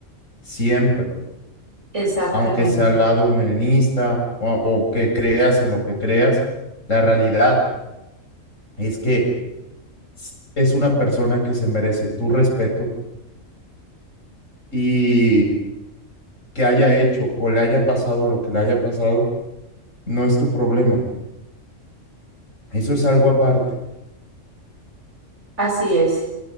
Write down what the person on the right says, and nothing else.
Exactamente,
así es.